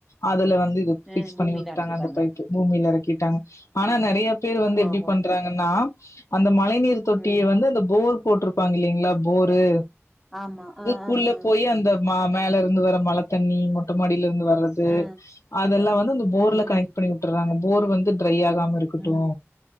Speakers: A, on the left; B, in the centre.
A: அதுல வந்து இது பிக்ஸ்
B: அ
A: பண்ணிவுட்டாங்க
B: பூமியில எறக்கிட்டாங்க
A: அந்த பைப்பு பூமியில இரு கீட்டாங் ஆனா
B: ம்
A: நெறையபேர் வந்து எப்பிடி
B: ஓஹோ
A: பண்றாங்கன்னா அந்தப் மழை நீீர் தொட்டிய
B: ம்
A: வந்து அந்தபோர் போட்டுருப்பாங்க இல்லிங்களா போரு
B: ஆமா ஆ
A: கூல்ல
B: ஆ ஆ அ
A: போயிஅந்தப் மா மேல இருந்து வர மழ தண்ணி மொட்ட மாடி ல்லருந்து வர்றது
B: அ
A: அதெல்லா வந்துந்த போர்ல
B: ம்
A: கனெக்ட்
B: ம்
A: பண்ணிவுட்டறாங்க போர் வந்து இந்த கையாகாம இருக்கட்டு
B: ம்